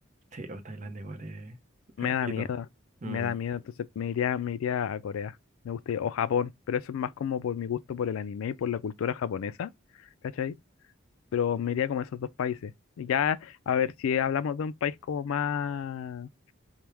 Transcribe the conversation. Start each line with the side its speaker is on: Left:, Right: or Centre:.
Right: sí, o Tailandia igual es,
Left: Me
Right: es
Left: da
Right: ruido.
Left: miedo,
Right: Mm,
Left: me da miedo, entonces me iría, me iría a Corea, me gustaría, o Japón, pero eso es más como por mi gusto por el anime y por la cultura japonesa, ¿cachai? Pero me iría como a esos dos países. Y Ya, a ver, si hablamos de un país como más,